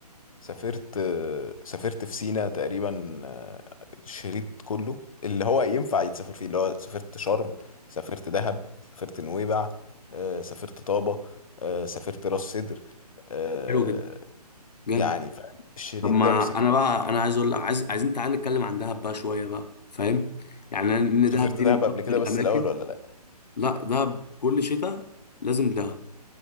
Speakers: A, on the left; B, on the left.
A: سافرت سافرت في سينا تقريبا آه، الشريط كله اللي هو ينفع يتسافر فيه اللي هو سافرت شرم سافرت دهب سافرت نويبع آه، سافرت طابة آه، سافرت راس سدر آه،
B: حلو جدا جامد
A: يعني فاهم الشريط
B: طب ما
A: ده مسكت
B: انا بقى انا عايز اقول لك عايز عايزين تعالى نتكلم عن دهب بقى شويه بقى فاهم يعني ان
A: سافرت
B: دهب دي
A: دهب
B: من
A: قبل
B: اكتر
A: كده
B: الاماكن
A: بس الأول ولا لأ
B: لا دهب كل شتاء لازم دهب